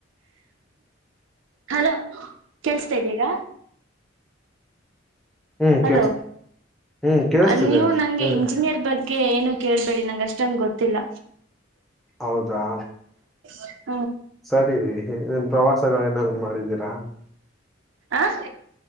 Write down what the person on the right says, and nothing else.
ಹಲೋ ಕೇಳಿಸ್ತಾ ಇದ್ದೀಗ
ಹಲೋ
ನೀವು ನಂಗೆ
ಇಂಜಿನಿಯರ್ ಬಗ್ಗೆ ಅ ಏನು ಕೇಳ್ಬೇಡಿ ನಂಗ ಅಷ್ಟನ್ ಗೊತ್ತಿಲ್ಲ
<unintelligible>
ಆಹ್